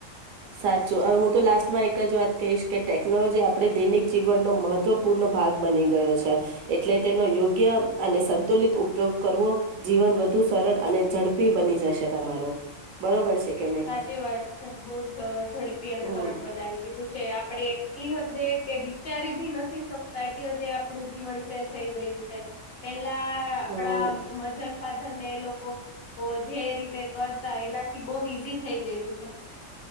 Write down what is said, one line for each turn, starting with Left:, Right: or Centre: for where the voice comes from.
Right: સાચું હું તો લાસ્ટમાં એક જ વાત કહીશ કે ટેકનોલોજી આપડે દૈનિક જીવનનો મહત્વપૂર્ણ ભાગ બની ગયો છે એટલે તેનો યોગ્ય અને સંતુલિત ઉપયોગ કરવો જીવન વધુ સરળ અને ઝડપી બની જશે તમારુ બરોબર છે કે નહી
Left: સાચી વાત છે બોવ જ ઝડપી અને
Right: હમ
Left: સરળ બનાવી દીધું છે આપડે એટલી હદે કે વિચારી ભી નથી શકતા એટલી હદે આપડું જીવન શેલ થઈ ગયું છે. પેલા આપડા
Right: હમ
Left: વજન ફાધરને એ લોકો ઓ જે રીતે કરતા એનાથી બોવી થઈ ગયું છે.